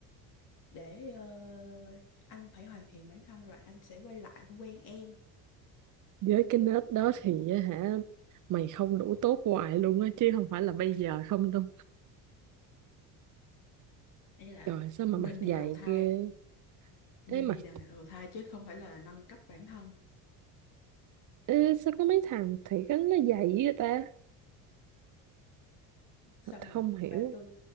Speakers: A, on the left; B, on the right.
A: để ờ, anh phải hoàn thiện bản thân rồi anh sẽ quay lại anh quen em
B: với cái nết đó
A: không mày
B: thì á hả mày không đủ tốt hoài luôn á chứ không phải là bây giờ không đâu
A: ấy là
B: trời sao mà
A: nên
B: mặt dày
A: đi đầu thai
B: ghê
A: nên
B: ê mặt
A: đi đằng đầu thai chứ không phải là nâng cấp bản thân
B: ê sao có mấy thằng thì cái nó dày vậy ta
A: xong
B: không
A: rồi
B: hiểu
A: bạn tôi